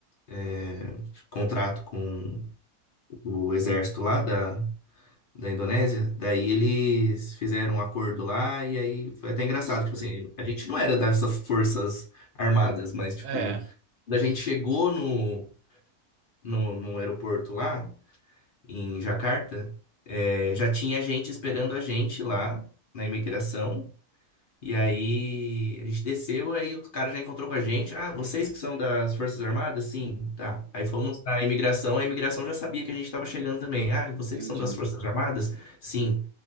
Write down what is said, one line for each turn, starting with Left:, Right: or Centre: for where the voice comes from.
Left: é, contrato com o exército
Right: Com-
Left: lá da da Indonésia, daí eles fizeram um acordo lá e aí foi até engraçado,
Right: com certeza.
Left: tipo assim, a gente não era dessas forças armadas, mas tipo,
Right: É,
Left: quando a gente chegou no, no, no aeroporto lá, em Jacarta, eh, já tinha gente esperando a gente lá na imigração e aí a gente desceu, aí o cara já encontrou com a gente. Ah, vocês que são das Forças Armadas? Sim, tá. Aí fomos na imigração, a imigração já sabia que a gente estava chegando também. Ah, vocês
Right: entendi.
Left: que são das Forças Armadas? Sim.